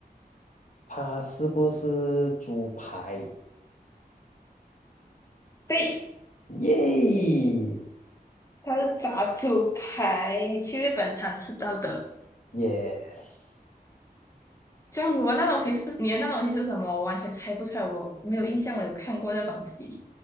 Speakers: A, on the left; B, on the left.
A: 它是不是猪排？
B: 对。
A: 耶
B: 它是炸猪排，去日本常吃到的。
A: ，yes，
B: 这样我那东西是你的那东西是什么？我完全猜不出来，我没有印象，我有看过这东西。